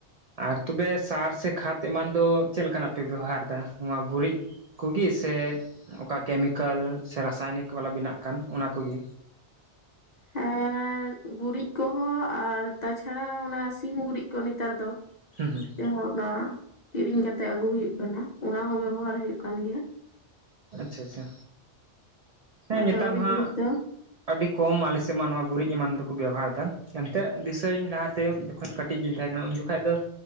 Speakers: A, on the right; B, on the left.
A: ᱟᱨ ᱛᱚᱵᱮ ᱥᱟᱨ ᱥᱮ ᱠᱷᱟᱫᱽ ᱮᱢᱟᱱ ᱫᱚ ᱪᱮᱫ ᱞᱮᱠᱟᱱᱟᱜ ᱯᱮ ᱵᱮᱵᱚᱦᱟᱨ ᱮᱫᱟ ᱱᱚᱣᱟ ᱜᱩᱨᱤᱡ ᱠᱚᱜᱮ ᱥᱮ ᱚᱠᱟ ᱠᱮᱢᱤᱠᱮᱞ ᱥᱮ ᱨᱟᱥᱟᱭᱱᱤᱠ ᱵᱟᱞᱟ ᱵᱮᱱᱟᱜ ᱠᱟᱱ ᱚᱱᱟ ᱠᱚᱜᱮ
B: <inaudible> ᱮ ᱜᱩᱨᱤᱡ ᱠᱚᱦᱚᱸ ᱟᱨ ᱛᱟᱪᱷᱟᱲᱟ ᱚᱱᱟ ᱥᱤᱢ ᱜᱩᱨᱤᱡ ᱠᱚ ᱱᱮᱛᱟᱨ ᱫᱚ <unintelligible>
A: ᱦᱩᱸ ᱦᱩᱸ
B: ᱠᱤᱨᱤᱧ ᱠᱟᱛᱮᱜ ᱟᱹᱜᱩ ᱦᱩᱭᱩᱜ ᱠᱟᱱᱟ ᱚᱱᱟ ᱦᱚᱸ ᱵᱮᱵᱚᱦᱟᱨ ᱦᱩᱭᱩᱜ ᱠᱟᱱ ᱜᱮᱭᱟ
A: ᱟᱪᱪᱷᱟ ᱟᱪᱪᱷᱟ ᱦᱮᱸ
B: ᱟᱨ
A: ᱱᱮᱛᱟᱨ
B: ᱰᱟᱝᱨᱤ
A: ᱢᱟ ᱦᱟᱸᱜ
B: ᱜᱩᱨᱤᱡ ᱫᱚ
A: ᱟᱹᱰᱤ ᱠᱚᱢ ᱟᱞᱮ ᱥᱮᱫ ᱢᱟ ᱱᱚᱣᱟ ᱜᱩᱨᱤᱡ ᱮᱢᱟᱱ ᱛᱮᱠᱚ ᱵᱮᱣᱦᱟᱨ ᱮᱱᱛᱮᱫ ᱫᱤᱥᱟᱹᱧ ᱞᱟᱦᱟᱛᱮ ᱛᱮ ᱡᱚᱠᱷᱚᱱ ᱠᱟᱹᱴᱤᱡ ᱜᱤᱧ ᱛᱟᱦᱮᱸ ᱠᱟᱱᱟ ᱩᱱ ᱡᱚᱠᱷᱟᱡ ᱫᱚ